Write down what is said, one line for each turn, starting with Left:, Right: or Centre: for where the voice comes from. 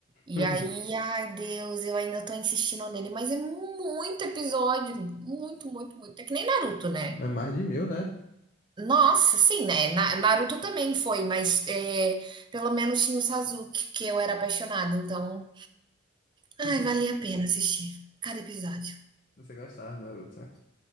Right: E
Left: <laughs>
Right: aí, ai, Deus, eu ainda tô insistindo nele, mas é muito episódio, muito, muito, muito. É que nem Naruto, né?
Left: É mais de mil, né?
Right: Nossa, sim, né? Na- Naruto também foi, mas é, pelo menos tinha o Sasuke, que eu era apaixonada, então, ai,
Left: <laughs>
Right: valia a pena assistir cada episódio.
Left: Você gostava, Naruto? né?